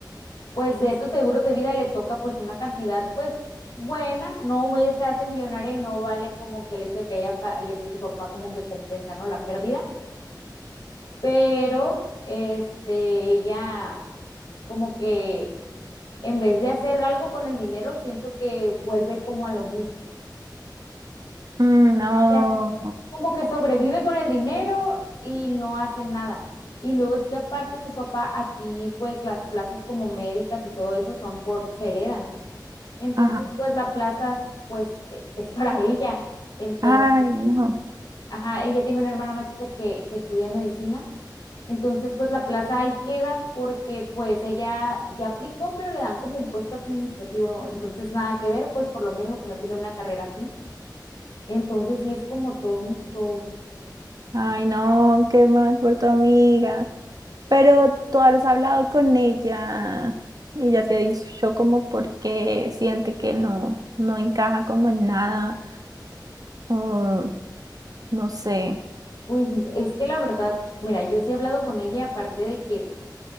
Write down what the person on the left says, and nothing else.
pues de estos seguros de vida le toca pues una cantidad pues buena, no ella se hace millonaria y no vale como que el hecho de que haya fallecido su papá como que compensa, ¿no? La pérdida, pero este, ella como que en vez de hacer algo con el dinero, siento que vuelve como a lo mismo.
O
sea, como que sobrevive con el dinero y no hace nada. Y luego es que aparte su papá aquí, pues las plazas como médicas y todo eso son por, se heredan. Entonces,
pues la plaza, pues e- es para <laughs> ella. Entonces,
ajá, ella tiene una hermana más chica que, que estudia medicina. Entonces, pues la plaza ahí queda porque pues ella ya aplicó, pero le dan como un puesto administrativo. Entonces, nada que ver, pues por lo mismo que no tiene una carrera fin. Entonces, sí es como todo un show.
Pues es que la verdad, mira, yo sí he hablado con ella, aparte de que